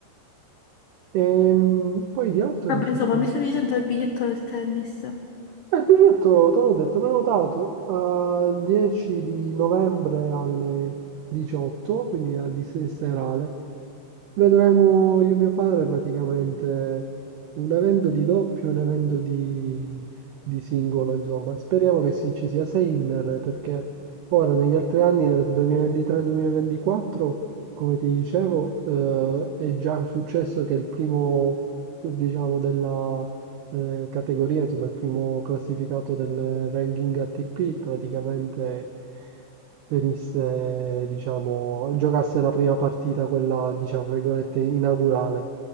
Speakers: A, on the right; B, on the left.
A: Ehm, poi di altro
B: Vabbè,
A: che ti
B: insomma,
A: sta?
B: mi stai dicendo il biglietto del tennis.
A: Eh, il biglietto, te l'ho detto, prenotato al 10 di novembre alle 18, quindi a di se- serale. Vedremo io e mio padre praticamente un evento di doppio e un evento di, di singolo, insomma. Speriamo che si- ci sia Sinner perché ora negli altri anni, nel 2023-2024, come ti dicevo, eh, è già successo che il primo, diciamo, della eh, categoria, insomma, il primo classificato del ranking ATP praticamente venisse, diciamo, giocasse la prima partita, quella, diciamo, fra virgolette, inaugurale.